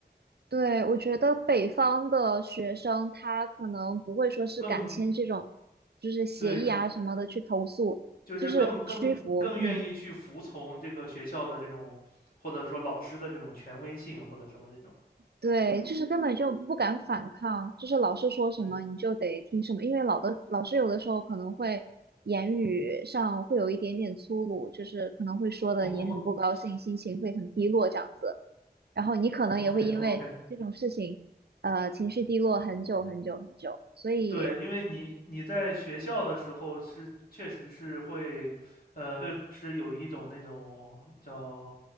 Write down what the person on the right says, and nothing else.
对，我觉得北方的学生他可能不会说是敢签这种，
就是协议啊什么的去投诉，
就是屈服，嗯，
对，就是根本就不敢反抗，就是老师说什么你就得听什么，
因为老的老师有的时候可能会言语上会有一点点粗鲁，就是可能会说的你很不高兴，
心情会很低落这样子，然后你可能也会因为这种事情，
呃，情绪低落很久很久很久，所以。